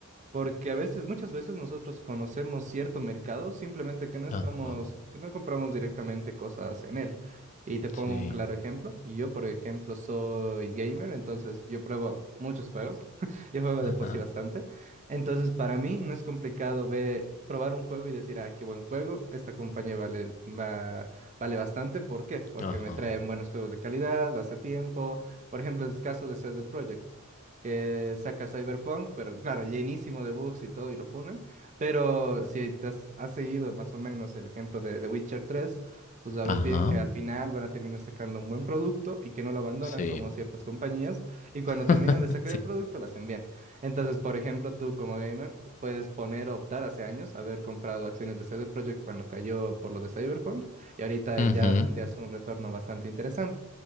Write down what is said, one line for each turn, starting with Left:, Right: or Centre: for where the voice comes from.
Right: Porque a veces, muchas veces nosotros conocemos cierto mercado, simplemente que no estamos,
Left: Ajá.
Right: que no compramos directamente cosas en él. Y te pongo
Left: Sí.
Right: un claro ejemplo. Yo, por ejemplo, soy gamer, entonces yo pruebo muchos juegos. <laughs> Yo juego
Left: Ajá.
Right: de por sí bastante. Entonces, para mí no es complicado ver, probar un juego y decir, ah, qué buen juego, esta compañía vale, va- vale bastante. ¿Por qué? Porque
Left: Ajá.
Right: me traen buenos juegos de calidad, hace tiempo. Por ejemplo, es el caso de CD Projekt que saca Cyberpunk, pero claro, llenísimo de bugs y todo, y lo funan. Pero si te has, has seguido más o menos el ejemplo de The Witcher 3, tú sabes
Left: Ajá.
Right: bien que al final van a terminar sacando un buen producto y que no lo abandonan
Left: Sí.
Right: como ciertas compañías, y cuando
Left: <laughs>
Right: terminan de sacar
Left: Sí.
Right: el producto, lo hacen bien. Entonces, por ejemplo, tú como gamer puedes poner o optar hace años haber comprado acciones de CD Projekt cuando cayó por lo de Cyberpunk, y ahorita
Left: Ujú,
Right: ya tendrías un retorno bastante interesante.